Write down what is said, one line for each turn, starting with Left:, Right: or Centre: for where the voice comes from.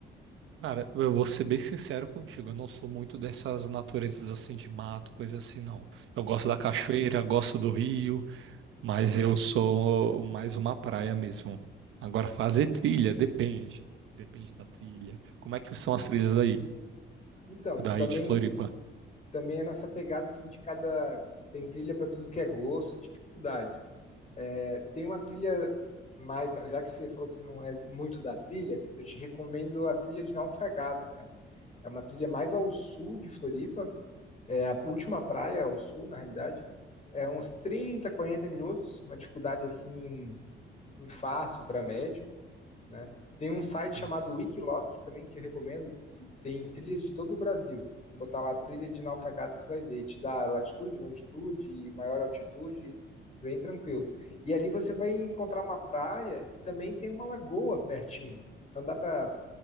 Right: Cara, eu vou ser bem sincero contigo, eu não sou muito dessas naturezas assim de mato, coisa assim, não. Eu gosto
Left: Hum.
Right: da cachoeira, gosto do rio, mas eu sou mais uma praia mesmo. Agora, fazer trilha, depende. Depende da trilha. Como é que são as trilhas aí,
Left: Então,
Right: daí
Left: também,
Right: de Floripa?
Left: também é nessa pegada assim de cada. Tem trilha para tudo que é gosto, dificuldade. É, tem uma trilha mais, já que você falou que você não é muito da trilha, eu te recomendo a trilha de Naufragados, cara. É uma trilha mais ao sul de Floripa, é a última praia ao sul, na realidade. É uns 30 40 minutos, uma dificuldade assim fácil para médio. Né? Tem um site
Right: Ah,
Left: chamado
Right: sim.
Left: Wikiloc também que eu recomendo, que tem trilhas de todo o Brasil. Se botar lá trilha de naufragado, você vai ver. Te dá latitude, longitude, maior altitude, bem tranquilo. E ali você vai encontrar uma praia e também tem uma lagoa pertinho. Então dá para